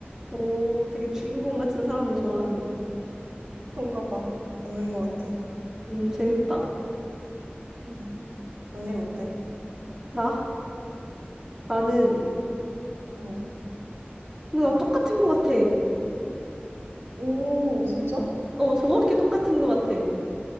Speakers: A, on the right (about 15°); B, on the right (about 75°).
A: 오, 되게 주인공 같은 사람을 좋아하네.
B: 그런가 봐. 맞는 것 같아.
A: 음, 재밌다.
B: 응, 언니는 어때?
A: 나? 나는
B: 응.
A: 근데 나 똑같은 거 같아.
B: 오, 진짜?
A: 어, 정확히 똑같은 거 같아.